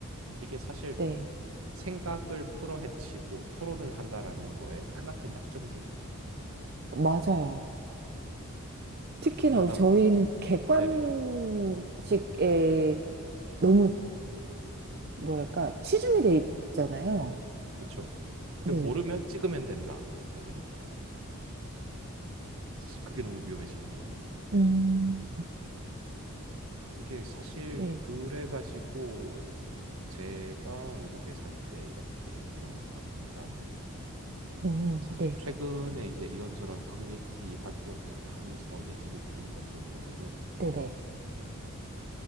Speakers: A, on the right; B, on the right.
A: 이게 사실
B: 네,
A: 생각을 풀어헤치고 토론을 한다라는 거에 크나큰 약점이 생겨버려요. 그러면은
B: 맞아요. 특히나
A: 그러다
B: 저희는
A: 보니까는
B: 객관식에
A: 네네 네네 음.
B: 너무, 뭐랄까,
A: 음.
B: 치중이 돼
A: 네네.
B: 있잖아요.
A: 그쵸? 그
B: 네.
A: 모르면 찍으면 된다가 되니까 사실 그게 너무 위험해진 거예요.
B: 음,
A: 이게 사실
B: 네.
A: 그래가지고 제가 외국에 살 때 이렇게 경험하고 그다음에
B: 음,
A: 사실
B: 네,
A: 최근에 이제 이런저런 커뮤니티 활동 이렇게 하면서 얘기를 들은 것들 보면은
B: 네네,